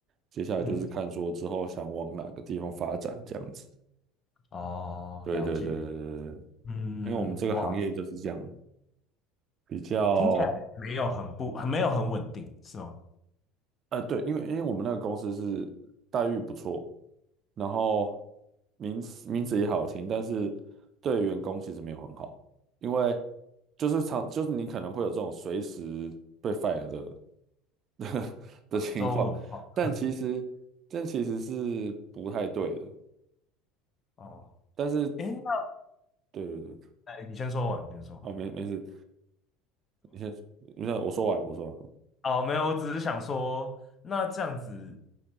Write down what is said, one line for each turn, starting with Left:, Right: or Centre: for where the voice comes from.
Right: 接下来就是看说之后想往哪个地方发展这样子，
Left: 嗯，哦，
Right: 对对对对对对，
Left: 了解，嗯，
Right: 因为我们这个行业就是这样，
Left: 哇。
Right: 比较，
Left: 听起来没有很不很没有很稳定，是吗？
Right: 呃，对，因为因为我们那个公司是待遇不错。然后名词名字也好听，但是对员工其实没有很好，因为就是常就是你可能会有这种随时被 fire 的 <laughs> 的情况，
Left: 周文浩，
Right: 但其实这其实是不太对的，
Left: 哦，
Right: 但是
Left: 诶，那
Right: 对对对，
Left: 哎，你先说完，你先说完。
Right: 哦没没事，你先你先我说完我说完，
Left: 哦，没有，我只是想说，那这样子，